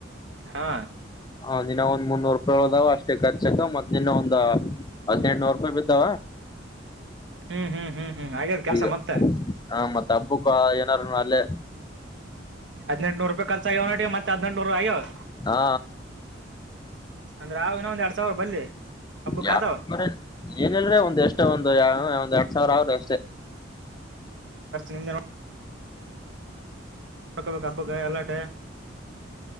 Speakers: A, on the right (about 70°); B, on the left (about 20°).
A: ಹಾ
B: ಹಾ ಇನಾ ಒಂದ ಮುನ್ನೂರು ಉಳದಾವ ಅಷ್ಟೇ ಖರ್ಚಕ ಮತ್ ಇನ್ನ ಒಂದ ಹದಿನೆಂಟನೂರ ರೂಪಾಯಿ ಬಿದ್ದಾವ.
A: ಹ್ಮ್ ಹ್ಮ್ ಹ್ಮ್ ಆಗ್ಯದ್ ಕೆಲ್ಸ
B: ಈಗ
A: ಮತ್ತೆ
B: ಹ ಮತ್ತ ಹಬ್ಬಕ್ಕ ಏನಾರುನು ಅಲ್ಲೇ
A: ಹದ್ನೆಂಟನೂರು ರೂಪಾಯಿ ಖರ್ಚ ಆಗ್ಯಾವ್ ಅನಟಿಗೆ ಮತ್ತ ಹದ್ನೆಂಟನೂರ ಆಗ್ಯಾವ್
B: ಹಾ
A: ಅಂದ್ರ ಆವ್ ಇನ್ನ್ ಒಂದ್ ಎರಡ್ ಸಾವ್ ಬಲ್ಲಿ ಹಬ್ಬಕ್
B: ಯ
A: ಆತಾವ
B: <unintelligible> ಏನಲ್ರ ಒಂದ್ ಎಷ್ಟೋ ಒಂದು ಯ ಒಂದ್ ಎರಡ್ ಸಾವಿರ ಆವರಿ ಅಷ್ಟೇ.
A: ನಿಮ್ದು ನೋಡ್ಕೊಬೇಕ ಹಬ್ಬ ಗ ಎಲ್ಲಾಟೆ